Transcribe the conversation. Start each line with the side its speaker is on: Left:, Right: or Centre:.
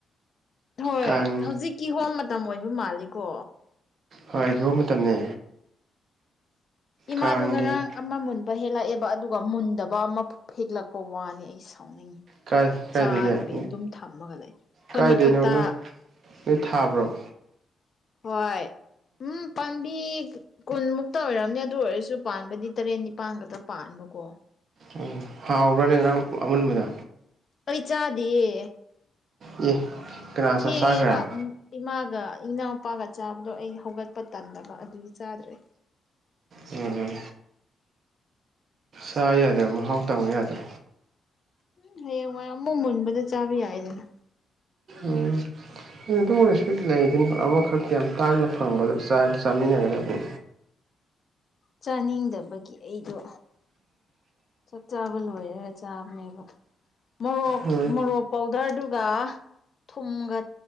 Left: ꯍꯣꯏ
Right: ꯀꯥꯡ
Left: ꯍꯧꯖꯤꯛ ꯀꯤꯍꯣꯝ ꯃꯇꯝ ꯑꯣꯏꯕ ꯃꯥꯜꯂꯤꯀꯣ
Right: ꯍꯣꯏ ꯍꯣꯝ ꯃꯇꯝꯅꯦ
Left: ꯏꯃꯥꯗꯨ
Right: ꯀꯥꯡꯒꯤ
Left: ꯉꯔꯥꯡ ꯑꯃ ꯃꯨꯟꯕ ꯍꯦꯜꯂꯛꯑꯦꯕ ꯑꯗꯨꯒ ꯃꯨꯟꯗꯕ ꯑꯃ ꯍꯤꯠꯂꯛꯄ ꯋꯥꯅꯤ ꯑꯩ ꯁꯥꯎꯅꯤꯡꯉꯤ
Right: ꯀꯥꯏ ꯀꯥꯏꯗꯒꯤ
Left: ꯆꯥꯗꯕꯤ ꯑꯗꯨꯝ ꯊꯝꯃꯒ ꯂꯩ ꯑꯩꯈꯣꯏ
Right: ꯀꯥꯏꯗꯩꯅꯣ
Left: ꯃꯊꯛꯇ
Right: ꯅꯣꯏ ꯅꯣꯏ ꯊꯥꯕ꯭ꯔꯣ
Left: ꯍꯣꯏ ꯎꯝ ꯄꯥꯝꯕꯤ ꯀꯨꯟꯃꯨꯛꯇ ꯑꯣꯏꯔꯝꯅꯤ ꯑꯗꯨ ꯑꯣꯏꯔꯁꯨ ꯄꯥꯟꯕꯗꯤ ꯇꯔꯦꯠ ꯅꯤꯄꯥꯟ ꯈꯛꯇ ꯄꯥꯟꯕꯀꯣ
Right: ꯑꯣ ꯍꯥꯎꯕ꯭ꯔꯥꯅꯦ ꯉꯔꯥꯡ ꯑꯃꯨꯟꯕꯗꯣ
Left: ꯑꯩ ꯆꯥꯗꯤꯌꯦ
Right: ꯑꯦ ꯀꯅꯥ ꯆꯥ
Left: ꯊꯦꯡꯉꯦꯕ
Right: ꯆꯥꯈ꯭ꯔꯦ
Left: ꯏꯃꯥꯒ ꯏꯅꯥꯎꯄꯥꯒ ꯆꯥꯕꯗꯣ ꯑꯩ ꯍꯧꯒꯠꯄ ꯇꯟꯗꯕ ꯑꯗꯨꯒꯤ ꯆꯥꯗ꯭ꯔꯦ
Right: ꯎꯝ ꯆꯥ ꯌꯥꯗꯦꯕ ꯃꯍꯥꯎ ꯇꯪꯕ ꯌꯥꯗ꯭ꯔꯥ
Left: ꯎꯝ ꯍꯌꯦꯡꯋꯥꯏ ꯑꯃꯨꯛ ꯃꯨꯟꯕꯗ ꯆꯥꯕ ꯌꯥꯏꯗꯅ
Right: ꯎꯝ ꯑꯗꯨ ꯑꯣꯏꯔꯁꯨꯨ ꯂꯩꯗꯅ ꯑꯃꯈꯛꯇꯤ ꯌꯥꯝ ꯇꯥꯡꯅ ꯐꯪꯕꯗꯣ ꯆꯥꯈꯤ ꯆꯥꯃꯤꯟꯅꯒꯗꯝꯅꯦ
Left: ꯆꯥꯅꯤꯡꯗꯕꯒꯤ ꯑꯩꯗꯣ ꯆꯥꯛ ꯆꯥꯕ ꯂꯣꯏꯔꯦꯒ ꯆꯥꯕꯃꯦꯕ ꯃꯣꯔꯣꯛ
Right: ꯎꯝ
Left: ꯃꯣꯔꯣꯛ ꯄꯧꯗ꯭ꯔꯗꯨꯒ ꯊꯨꯝꯒ